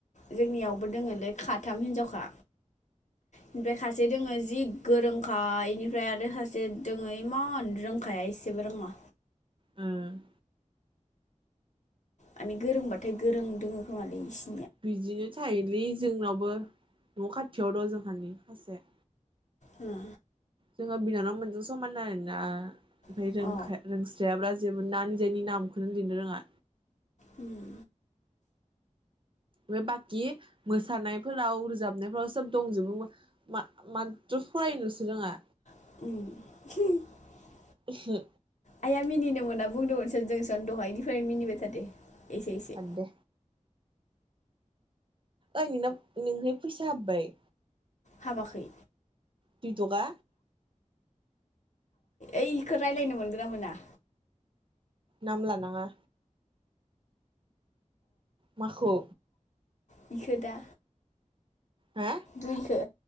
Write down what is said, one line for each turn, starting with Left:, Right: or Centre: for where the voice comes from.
Left: जोंनियावबो दंङो खाथाम हिनजावखा ओमफ्राय खासे दोंङो जि गोरोंखा एनिफ्राय आरो खासे दंङो इमान रोंखाया एसेबो रोंङा
Right: उम
Left: माने गोरोंबाथाय गोरों दंङ <unintelligible>
Right: बिदिनो थायोलै जोंनावबो न' खाथियाव दं जोंहानि सासे।
Left: उम
Right: जोंहा बिनानाव मोनजों समान आरोना। ओमफ्राय
Left: ओ
Right: रोंखा
Left: अ
Right: रोंस्रायाब्रा। जेबो नान जोंनि नामखौनो लिरनो रोङा।
Left: उम
Right: बे बाखि मोसानायफोराव रोजाबनायफोराव सोब दंजोबो मो मा माथ्र' फरायनोल'सो रोङा।
Left: उम
Right: उमहु
Left: आइया मिनिनो मोना बुंदोंमोनसन जोंसन दहायनिफ्राय मिनिबाय थादो। एसे एसे
Right: बाद दे ओइ नोंनाव नोंहोय फैसा हाबबाय?
Left: हाबाखै।
Right: दुइ थखा।
Left: ओइखौ रायज्लायनो मोनगोना मोना?
Right: नाम लानाङा। माखौ?
Left: बिखो दा।
Right: हा
Left: दुइखो।